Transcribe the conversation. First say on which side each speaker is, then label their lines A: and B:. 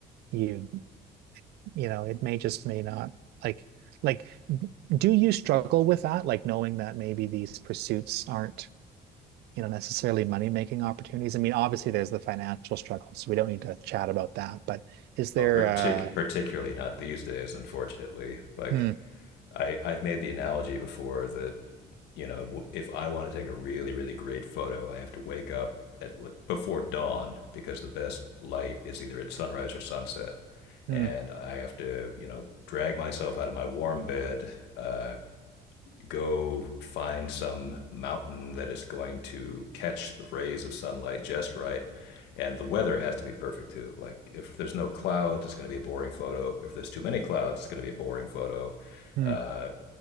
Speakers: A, on the right (about 75°); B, on the left (about 90°).
A: you you know, it may just may not like like do you struggle with that? Like knowing that maybe these pursuits aren't, you know, necessarily money-making opportunities. I mean, obviously there's the financial struggle, so we don't need to chat about that. But is there
B: Oh, partic-
A: uh
B: particularly not these days, unfortunately. Like
A: hmm,
B: I, I've made the analogy before that you know w- if I want to take a really, really great photo, I have to wake up at l- before dawn because the best light is either at sunrise or sunset,
A: hmm,
B: and I have to you know drag myself out of my warm bed, uh, go find some mountain that is going to catch the rays of sunlight just right. And the weather has to be perfect too. Like if there's no clouds, it's going to be a boring photo. If there's too many clouds, it's going to be a boring photo.
A: hmm,
B: Uh,